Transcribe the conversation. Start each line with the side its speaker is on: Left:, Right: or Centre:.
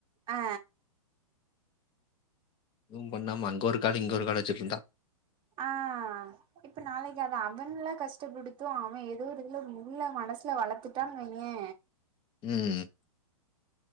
Right: அ
Left: எதுவும் பண்ணாம அங்கொரு காலு இங்கொரு காலு வெச்சிட்ருந்தா.
Right: ஆ இப்ப நாளைக்கு அத அவன்ல்ல கஷ்டப்படுத்து அவ எதோ ஒரு இதுல மு உள்ள மனசுல வளத்துட்டான் வெய்யே
Left: ம்.